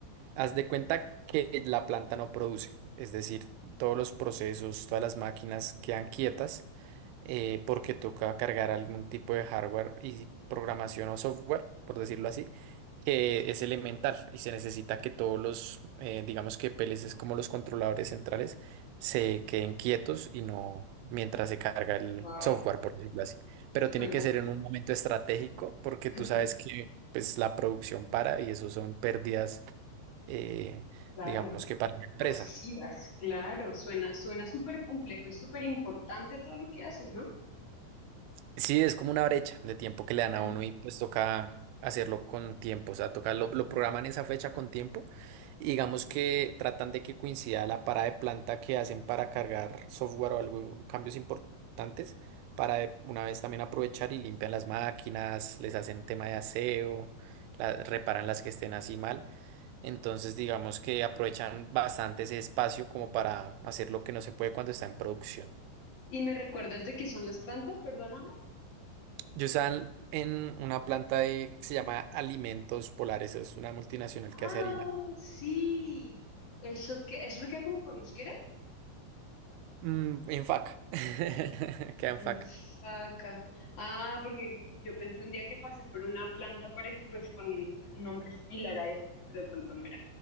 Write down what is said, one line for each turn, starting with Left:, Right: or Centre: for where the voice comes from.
Right: Haz de cuenta que la planta no produce, es decir, todos los procesos, todas las máquinas quedan quietas eh, porque toca cargar algún tipo de hardware y programación o software, por decirlo así, que es elemental y se necesita que todos los, eh, digamos que PLCs como los controladores centrales se queden quietos y no mientras se carga el
Left: Wow,
Right: software, por decirlo así. Pero
Left: suena,
Right: tiene que ser en un momento estratégico porque
Left: <laughs>
Right: tú sabes que pues, la producción para y eso son pérdidas eh,
Left: claro,
Right: digamos que para la empresa.
Left: masivas, claro, suena, suena súper complejo y súper importante todo lo que haces, ¿no?
Right: Sí, es como una brecha de tiempo que le dan
Left: Ajá.
Right: a uno y pues toca hacerlo con tiempo, o sea, toca lo, lo programan esa fecha con tiempo y digamos que tratan de que coincida la parada de planta que hacen para cargar software o algo, cambios importantes para de una vez también aprovechar y limpian las máquinas, les hacen tema de aseo, la- reparan las que estén así mal. Entonces, digamos que aprovechan bastante ese espacio como para hacer lo que no se puede cuando está en producción.
Left: ¿Y me recuerdas de qué son las plantas? Perdóname.
Right: Yo estaba en, en una planta de- que se llama Alimentos Polares, es una multinacional
Left: Ah,
Right: que hace harina.
Left: sí. ¿Eso que eso no queda como por mosquera?
Right: Mm, en Faca, <laughs> queda en
Left: En
Right: Faca,
Left: Faca. Ah, porque yo pensé un día que pasé por una planta pare- pues con un nombre similar a ese, pero de pronto no era.